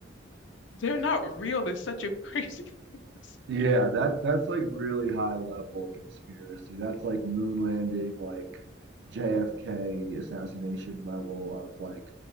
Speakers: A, on the left; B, on the right.
A: They're not real. It's such a crazy <laughs> thing to
B: Yeah,
A: say.
B: that that's like really high level conspiracy. That's like moon landing, like JFK assassination level of like